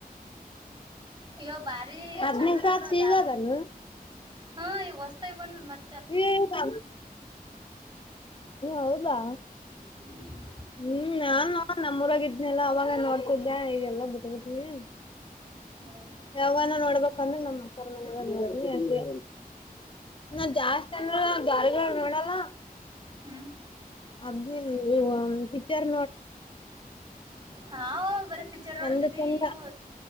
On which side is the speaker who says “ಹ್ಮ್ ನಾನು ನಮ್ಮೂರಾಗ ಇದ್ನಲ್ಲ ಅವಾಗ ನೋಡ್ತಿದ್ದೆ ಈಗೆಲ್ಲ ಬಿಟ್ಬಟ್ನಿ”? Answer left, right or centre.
Left